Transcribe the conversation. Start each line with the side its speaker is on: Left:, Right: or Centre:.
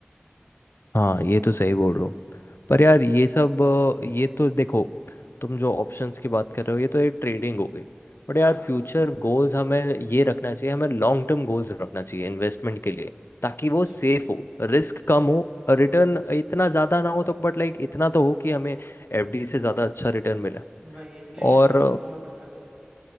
Left: हाँ ये तो सही बोल रहा पर यार ये सब अ, ये तो देखो तुम जो ऑप्शंस की बात कर रहे हो ये तो ये ट्रेडिंग हो गई बट
Right: हाँ
Left: यार फ्यूचर गोल्स हमें ये रखना चाहिए हमें लॉन्ग टर्म गोल्स रखना चाहिए इन्वेस्टमेंट के लिए ताकि
Right: अच्छा
Left: वो सेफ हो रिस्क कम हो रिटर्न इतना ज़्यादा ना हो तो बट लाइक इतना तो हो कि हमें एफडी से ज़्यादा अच्छा रिटर्न मिले
Right: वही इन्फ्लेशन
Left: और
Right: को तो ओवरकम कर दे